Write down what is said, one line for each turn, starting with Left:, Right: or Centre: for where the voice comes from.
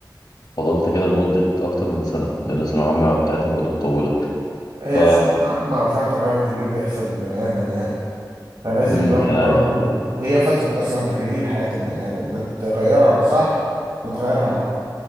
Left: فضلت كده لمده اكتر من سنه لان الثانويه العامه بتاعتنا برضو اتطولت
Right: هي
Left: ف
Right: سنة الجامعة فيها تغير كبير بيحصل للبني آدم يعني فلازم
Left: مم،
Right: الواحد
Left: يعني
Right: برضه وهي فترة أصلا تغيير حياة البني آدم لا تغيرها صح لا تغيرها لأ